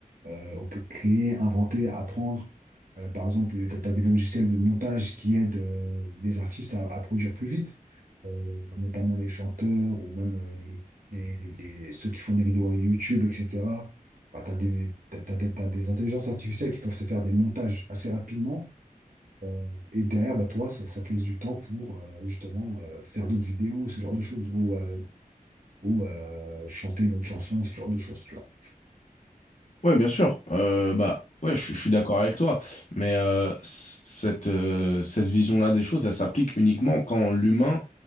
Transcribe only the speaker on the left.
Ouais, bien sûr. Euh, bah ouais, je, je suis d'accord avec toi. Mais euh, c- cette euh, cette vision-là des choses, elle s'applique uniquement quand l'humain